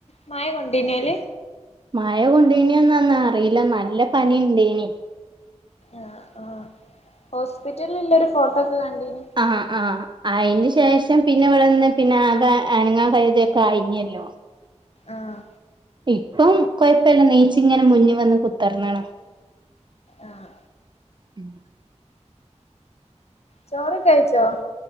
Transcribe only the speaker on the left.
മയ കൊണ്ടീനാ ഓല്
ആഹ് ആഹ് ഹോസ്പിറ്റല് ഉള്ളൊരു ഫോട്ടോ ഒക്കെ കണ്ടീന്
ആഹ്
ആഹ്
ചോർ ക്കഴിച്ചോ